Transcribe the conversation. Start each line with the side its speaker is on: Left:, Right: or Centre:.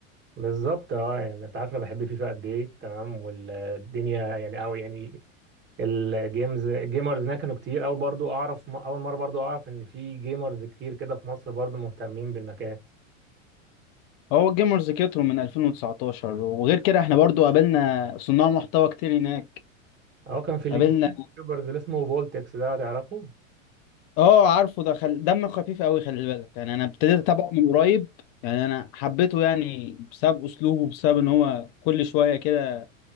Right: بالظبط اه يعني انت عارف انا بحب فيفا قد ايه تمام والدنيا يعني او يعني الجيمز الجيمرز هناك كانوا كتير اول برضو اعرف اول مرة برضو اعرف ان في جيمرز كتير كده في مصر برضو مهتمين بالمكان
Left: هو الجيمرز كتروا من 2019 وغير كده احنا برضو قابلنا صناع محتوى كتير هناك
Right: اه كان في اللي
Left: قابلنا
Right: دي يوتيوبرز اللي اسمه بولتكس ده تعرفه
Left: اه عارفه ده خل... دم خفيف قوي خلي بالك يعني انا ابتديت اتابعه من قريب يعني انا حبيته يعني بسبب اسلوبه بسبب ان هو كل شوية كده